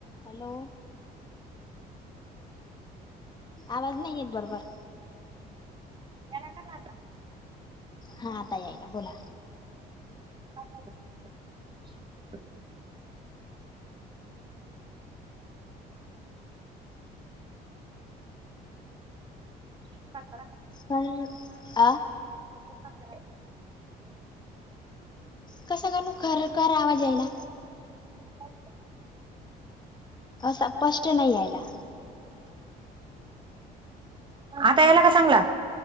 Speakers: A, on the left; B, on the right.
A: Hello. आवाज नाही एक बरोबर.
B: येरा का नाता.
A: हा आता याईला बोला.
B: <inaudible> <inaudible>
A: पण अ
B: हा
A: कसं काणू खरखर आवाज यायला.
B: हो.
A: सपष्ट नाही आयला.
B: आता यायला का चांगला.